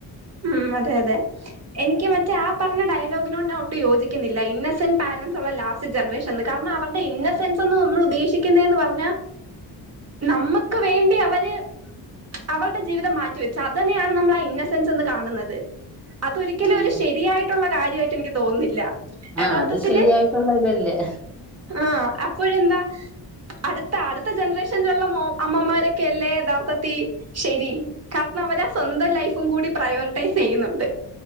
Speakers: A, on the right; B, in the centre.
A: ഉം അതെ അതെ എനിക്ക് മറ്റേ ആഹ് പറഞ്ഞ ഡയലോഗിനോട് ഞാൻ ഒട്ടും യോജിക്കുന്നില്ല ഇന്നസെന്റ് പാരൻറ്സ് ഉള്ള ലാസ്റ്റ് ജനറേഷനെന്ന് കാരണം അവരുടെ ഇന്ന സെൻസെന്ന് നമ്മള് ഉദ്ദേശിക്കുന്നതെന്ന് പറഞ്ഞാ നമ്മക്ക് വേണ്ടി അവര് അവളുടെ ജീവിതം മാറ്റിവെച്ചു അത് തന്നെയാണ് നമ്മളാ ഇന്ന സെൻസെന്ന് കാണുന്നത് അതൊരിക്കലും
B: ആഹ്
A: ഒരു ശരിയായിട്ടുള്ള കാര്യവായിട്ട് എനിക്ക് തോന്നുന്നില്ല യഥാർത്ഥത്തില്
B: ആഹ് അത് ശരിയായിട്ടുള്ള ഇതല്ലേ
A: ആഹ് അപ്പോഴെന്താ അടുത്ത അടുത്ത ജനറേഷനിലുള്ള മൊ അമ്മമാരൊക്കെയല്ലേ യഥാ ർത്ഥത്തിൽ ശരി കാരണം അവരാ സ്വന്തം ലൈഫും കൂടി പ്രയോറിറ്റൈസ് ചെയ്യുന്നുണ്ട്